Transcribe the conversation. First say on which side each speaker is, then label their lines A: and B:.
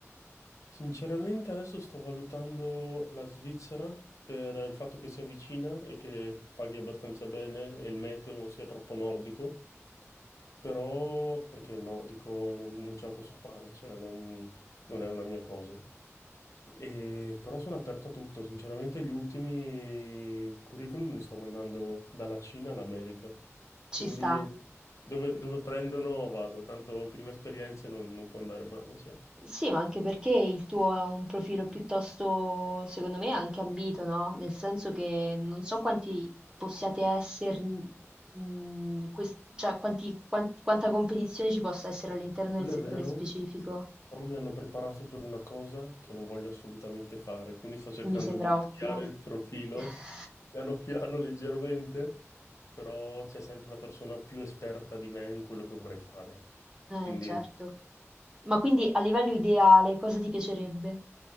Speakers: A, on the left (about 80°); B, on the right (about 15°).
A: Sinceramente adesso sto valutando la Svizzera per il fatto che sia vicina e che paghi abbastanza bene e il meteo non sia troppo nordico, però perché il nordico non, non ce la posso fare, cioè non non è una mia cosa. E- però sono aperto a tutto, sinceramente gli ultimi curriculum li sto mandando dalla Cina all'America,
B: Ci
A: quindi
B: sta.
A: dove, dove prendono vado, tanto prime esperienze non, non può andare male, cioè.
B: Sì, ma anche perché il tuo è un profilo piuttosto, secondo me, anche ambito, no, nel senso che non so quanti possiate esser mhmm, in ques cioè quanti quan quanta competizione ci possa essere all'interno
A: Quello
B: del settore
A: è vero,
B: specifico.
A: però mi hanno preparato per una cosa che non voglio assolutamente fare, quindi sto cercando
B: Mi sembra
A: di deviare
B: ottimo.
A: il profilo
B: <laughs>
A: piano piano, leggermente, però c'è sempre la persona più esperta di me in quello che vorrei fare.
B: Eh,
A: Quindi
B: certo. Ma quindi a livello ideale cosa ti piacerebbe?